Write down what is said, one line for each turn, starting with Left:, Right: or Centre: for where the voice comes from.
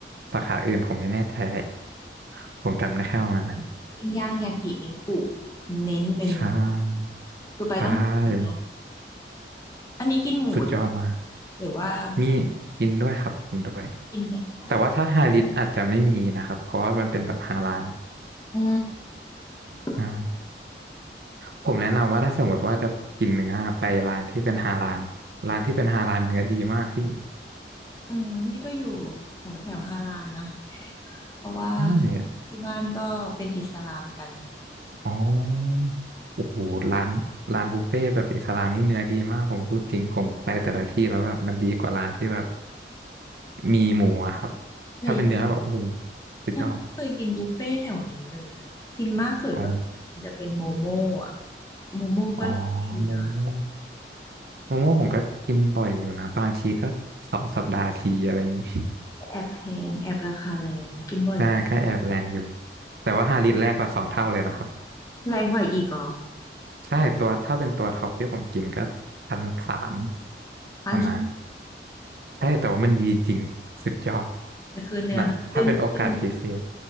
Right: สาขาอื่นผมไม่แน่ใจแหละผมจำได้แค่ประมาณนั้น
Left: ปิ้งย่างยากินิกุเน้นเนื้อ
Right: ใช่
Left: คือไปต้องกินเนื้อ
Right: ใช่
Left: อันนี้กินหมูด้วย
Right: สุดยอดมาก
Left: หรือว่า
Right: มีกินด้วยครับกินด้วย
Left: กินแต่เนื้อ
Right: แต่ว่าถ้าไฮลิสอาจจะไม่มีนะครับเพราะว่ามันเป็นแบบฮาลาล
Left: อืม
Right: อ่าผมแนะนำว่าถ้าสมมติว่าจะกินเนื้อไปร้านที่เป็นฮาลาลร้านที่เป็นฮาลาลเนื้อดีมากพี่
Left: เออนี่ก็อยู่แถวแถวฮารานนะเพราะว่า
Right: ใช่
Left: ที่บ้านก็เป็นอิสลามกัน
Right: อ๋อโอ้โหร้านร้านบุฟเฟ่ต์แบบอิสลามนี่เนื้อดีมากผมพูดจริงผมไปแต่ละที่แล้วแบบมันดีกว่าร้านที่แบบมีหมูอะครับ
Left: เลย
Right: ถ้าเป็นเนื้อแบบโอ้โหสุดยอด
Left: ยังไม่เคยกินบุฟเฟ่ต์แถวนี้เลยอะกินมากสุดก็มันจะเป็นโมโม่อะ
Right: อ๋อ
Left: โมโม่ก็ดีนะ
Right: อ๋อโมโม่โมโม่ผมก็กินบ่อยอยู่นะบางทีก็สองสัปดาห์ทีอะไรอย่างนี้
Left: แต่แอบแพงแอบราคาแรงกินบ่อย
Right: <laughs> ใช่ก็แอบแรงอยู่แต่ว่าห้าลิตรแรงกว่าสองเท่าเลยนะครับ
Left: แรงกว่าอีกเหรอ
Right: ใช่ตัวถ้าเป็นตัวท็อปที่ผมกินก็พันสาม
Left: คอน
Right: ประมาณใช่แต่ว่ามันดีจริงสุดยอด
Left: คือเนื้อมันจึ้งจึ้ง
Right: นั่นถ้าเป็นโอกาสพิเศษ